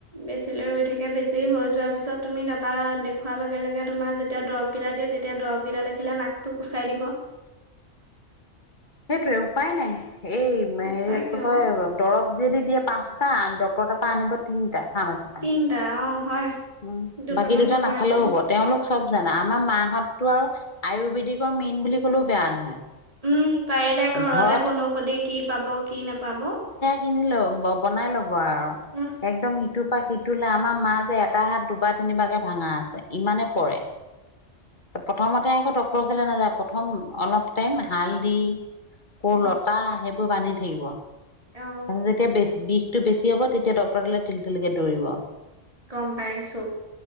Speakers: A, on the right (about 30°); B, on the left (about 40°).
A: বেছিলৈ ৰৈ থাকে। বেছি হৈ যোৱাৰ পিছত তুমি তাৰ দেখুৱাৰ লগে-লগে তোমাৰ যেতিয়া দৰবকেইটা দিয়ে তেতিয়া দৰবকেইটা দেখিলে নাকটো কুচাই দিব।
B: সেইটোৱে উপায় নাই। এই
A: সঁচাকে
B: হেৰিয় কয়
A: অ
B: দৰৱ যদি দিয়ে পাঁচটা ডক্তৰ পৰা আনিব তিনিটা। ফাৰ্মাচীৰ পৰা
A: তিনিটা অ'। হয়।
B: উম
A: দুটামান
B: বাকী দুটা
A: কমাই
B: নাখালেও
A: পেলাই
B: হব। তেওঁলোক চব জানা, আমাৰ মাহততটো আৰু আয়ুৰ্বেদিকৰ মেইন বুলি ক'লেও বেয়া নহয়।
A: উম পাৰিলে ঘৰতে
B: ঘৰত
A: বনৌষধি কি পাব, কি নাপাব?
B: কিনিলো বনাই ল ব আৰু
A: উম
B: একদম সিটোৰপা সিটো লে আমাৰ মা যে এটা হাত দুবাৰ তিনিবাকে ভাঙা আছে ইমানে পৰে ত প্ৰথমতে তাই আকৌ ডাক্তৰ ওচৰলৈ নাযায় প্ৰথম অলপ টাইম হাল দি কোৰ
A: উম
B: লতা সেইবোৰ বান্ধি থাকিব তাৰিত
A: অ
B: যেতিয়া বিষটো বেছি হব তেতিয়া ডক্তৰ তালে তিল তিলিকে দৌৰিব
A: গম পাইছো